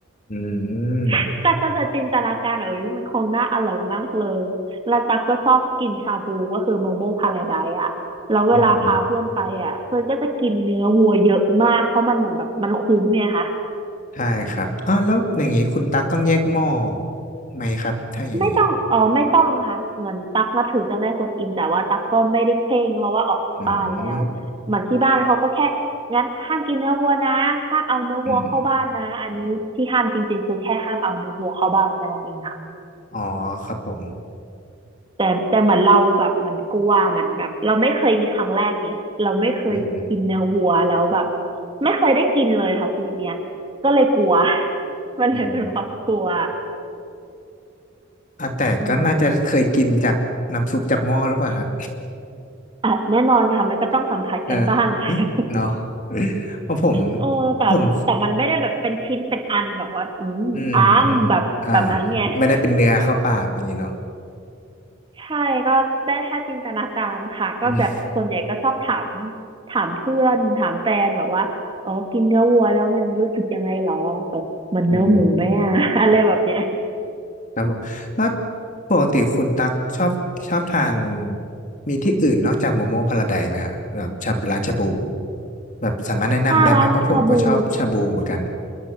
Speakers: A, on the left (about 40°); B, on the right (about 25°).
A: ืม
B: <laughs> ตักก็จะจินตนาการเออ มันคงน่าอร่อยมากเลยแล้วตักก็ชอบกินชาบูก็คือโมโมพาราไดซ์อ่ะแล้วเวลาพาเพื่อนไปอ่ะเพื่อนก็จะกินเนื้อวัวเยอะมากเพราะมันเหมือนแบบมันคุ้มเนี่ยค่ะ
A: อืมใช่ครับอ๋อแล้วอย่างงี้คุณตักต้องแยกหม้อไหมครับถ้าอย่างงี้
B: ไม่ต้องอ๋อไม่ต้องค่ะเหมือนตักนับถือเจ้าแม่กวนอิมแต่ว่าตักก็ไม่ได้เคร่งเพราะว่าออกจากบ้านแล้วเหมือนที่บ้านเขาก็แค่
A: อืม
B: งั้นห้ามกินเนื้อวัวนะห้ามเอาเนื้อวัวเข้าบ้านนะอันนี้ที่ห้ามจริงๆคือแค่ห้ามเอาเนื้อวัวเข้าบ้านแค่นั้นเองค่ะ
A: อืมอ๋อครับผม
B: แต่แต่เหมือนเราแบบมันกลัวมันแบบเราไม่เคยมีครั้งแรกไงเราไม่เคยกินเนื้อวัวแล้วแบบ
A: อืม
B: ไม่เคยได้กินเลยค่ะชีวิตเนี้ยก็เลยกลัว <laughs> มันเลยเป็นความกลัว
A: อืม อ่ะแต่ก็น่าจะเคยกินจากน้ำซุปจากหม้อหรือเปล่าฮะ
B: อืมอ่ะแน่นอนค่ะมันก็ต้องสัมผัสกันบ้างค่ะ
A: <laughs> เออเนาะเพราะผม
B: เออแต่แต่มันไม่ได้แบบเป็นชิ้นเป็นอันแบบว่าอืมอันแบบแบบนั้นไง
A: ผมอืมอืมอ่าไม่ได้เป็นเนื้อเข้าปากอย่างนี้เนาะ
B: ใช่ก็ได้แค่จินตนาการค่ะก็แบบส่วนใหญ่ก็ชอบถาม
A: อืม
B: ถามเพื่อนถามแฟนแบบว่าอ๋อกินเนื้อวัวแล้วมันรู้สึกยังไงหรอแบบมันเนื้อหมูไหมอะ
A: อืม
B: <laughs> อะไรแบบเนี้ย
A: ครับผมแล้วปกติคุณตักชอบชอบทานมีที่อื่นนอกจากโมโมพาราไดซ์ไหมฮะแบบชาร้านชาบูแบบสามารถแนะนำได้ไหมเพราะผมก็ชอบชาบูเหมือนกัน
B: ถ้าร้านชาบู